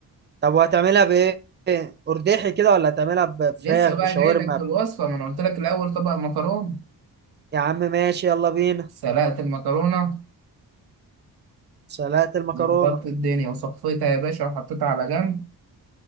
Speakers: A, on the right; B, on the right.
A: طب وهتعملها بايه ارداحي كده ولا هتعملها بفراخ
B: لسه بقى
A: بشاورما
B: جاي لك في الوصفه ما انا قلت لك الاول طبق المكرونه
A: يا عم ماشي يلا بينا
B: سلقت المكرونه
A: سلقت المكرونه
B: ظبطت الدنيا وصفيتها يا باشا وحطيتها على جنب